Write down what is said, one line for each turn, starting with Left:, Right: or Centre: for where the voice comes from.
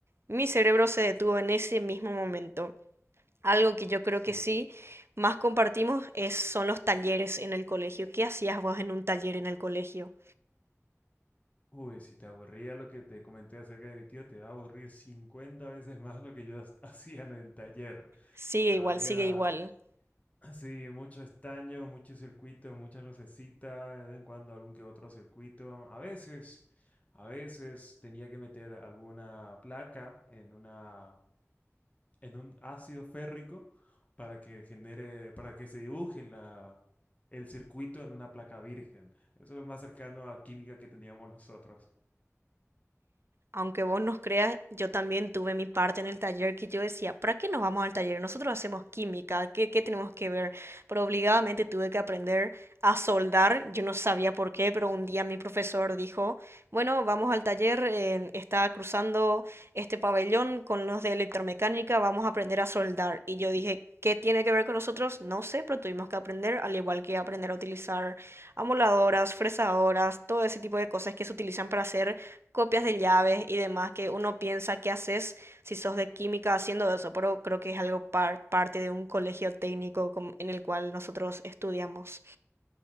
Right: mi cerebro se detuvo en ese mismo momento. Algo que yo creo
Left: Sí.
Right: que sí más compartimos es, son los talleres en el colegio. ¿Qué hacías vos en un taller en el colegio?
Left: Uy, si te aburría lo que te comenté acerca de mi tío, te va a aburrir 50 veces más lo que yo has- <laughs> hacía en el taller.
Right: Sigue
Left: Había,
Right: igual, sigue igual.
Left: sí, mucho estaño, muchos circuitos, muchas lucecitas, de vez en cuando algún que otro circuito. A veces, a veces tenía que meter alguna placa en una en un ácido férrico para que genere, para que se dibuje la, el circuito en una placa virgen. Eso es lo más cercano a química que teníamos nosotros.
Right: Aunque vos nos creas, yo también tuve mi parte en el taller que yo decía, ¿para qué nos vamos al taller? Nosotros hacemos química, ¿qué, qué tenemos que ver? Pero obligadamente tuve que aprender a soldar, yo no sabía por qué, pero un día mi profesor dijo, bueno, vamos al taller, eh, está cruzando este pabellón con los de electromecánica, vamos a aprender a soldar. Y yo dije, ¿qué tiene que ver con nosotros? No sé, pero tuvimos que aprender, al igual que aprender a utilizar amoladoras, fresadoras, todo ese tipo de cosas que se utilizan para hacer copias de llaves y demás que uno piensa que haces si sos de química haciendo eso, pero creo que es algo par- parte de un colegio técnico com- en el cual nosotros estudiamos